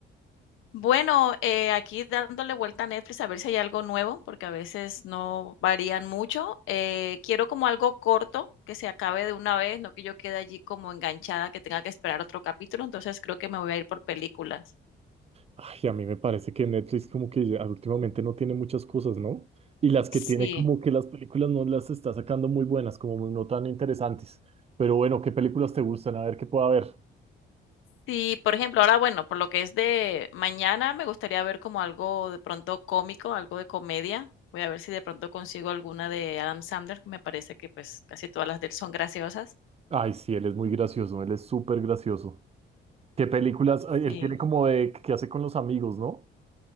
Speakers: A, on the left (about 85°); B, on the right (about 30°).
A: Bueno, eh, aquí dándole vuelta a Netflix a ver si hay algo nuevo, porque a veces no varían mucho. Eh, quiero como algo corto, que se acabe de una vez, no que yo quede allí como enganchada, que tenga que esperar otro capítulo, entonces creo que me voy a ir por películas.
B: Ay, a mí me parece que Netflix como que ya últimamente no tiene muchas cosas, ¿no? Y las que
A: Sí.
B: tiene como que las películas no las está sacando muy buenas, como no tan interesantes. Pero bueno, ¿qué películas te gustan? A ver qué pueda haber.
A: Sí, por ejemplo, ahora, bueno, por lo que es de mañana, me gustaría ver como algo de pronto cómico, algo de comedia. Voy a ver si de pronto consigo alguna de Adam Sandler, que me parece que pues casi todas las de él son graciosas.
B: Ay, sí, él es muy gracioso, él es súper gracioso. ¿Qué películas? Ay,
A: Sí.
B: él tiene como de que hace con los amigos, ¿no?